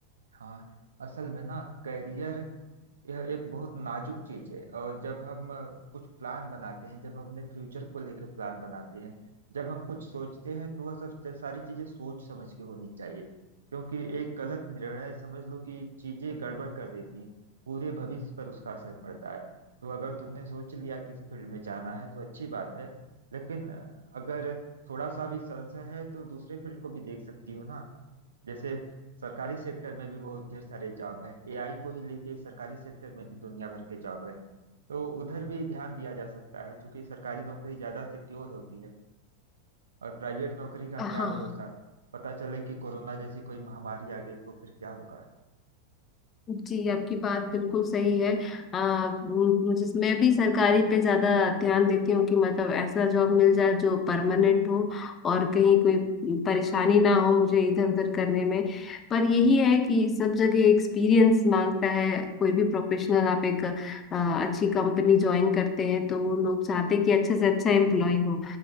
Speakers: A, on the right (about 70°); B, on the left (about 25°).
A: हाँ असल में ना करियर यह एक बहुत नाजुक चीज है और जब हम अ, कुछ प्लान बनाते हैं जब हमने फ्यूचर को लेकर प्लान बनाते हैं जब हम कुछ सोचते हैं तो वह सब सब सारी चीजें सोच समझ के होनी चाहिए क्योंकि एक गलत निर्णय समझ लो कि चीजें गड़बड़ कर देती हैं पूरे भविष्य पर उसका असर पड़ता है तो अगर तुमने सोच लिया कि इस फील्ड में जाना है तो अच्छी बात है लेकिन अ, अगर थोड़ा सा भी संशय है तो दूसरे फील्ड को भी देख सकती हो ना जैसे सरकारी सेक्टर में भी बहुत ढेर सारे जॉब हैं एआई को ही लेके सरकारी सेक्टर में भी दुनिया भर के जॉब है तो उधर भी ध्यान दिया जा सकता है क्योंकि सरकारी नौकरी ज्यादा सिक्योर होती है और प्राइवेट नौकरी का
B: हाँ
A: क्या भरोसा पता चले कि कोरोना जैसी कोई महामारी आ गई तो फिर क्या होगा
B: जी आपकी बात बिल्कुल सही है आ, मुझे मैं भी सरकारी पे ज़्यादा ध्यान देती हूँ कि मतलब ऐसा जॉब मिल जाए जो परमानेंट हो और कहीं कोई परेशानी ना हो मुझे इधर उधर करने में पर यही है कि सब जगह एक्सपीरियंस मांगता है कोई भी प्रोफेशनल आप एक आ, अच्छी कंपनी ज्वाइन करते हैं तो लोग चाहते हैं कि अच्छे से अच्छा एम्प्लॉय हो